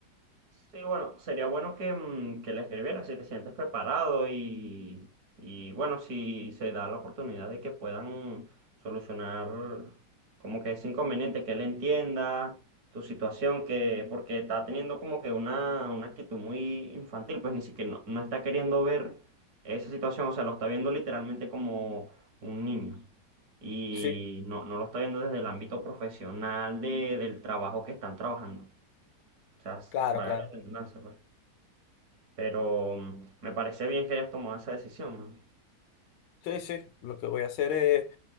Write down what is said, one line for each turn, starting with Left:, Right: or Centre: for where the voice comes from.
Right: Sí, bueno, sería bueno que, mm, que le escribieras si te sientes preparado y, y bueno, si se da la oportunidad de que puedan solucionar como que ese inconveniente, que él entienda tu situación, que porque está teniendo como que una, una actitud muy infantil, pues ni siquiera no, no está queriendo ver esa situación, o sea, lo está viendo literalmente como un niño. Y
Left: Sí,
Right: no, no lo está viendo desde el ámbito profesional de, del trabajo que están trabajando. O sea, s-
Left: claro,
Right: vale
Left: claro.
Right: la redundancia, pues. Pero mm, me parece bien que hayas tomado esa decisión, man.
Left: Sí, sí. Lo que voy a hacer es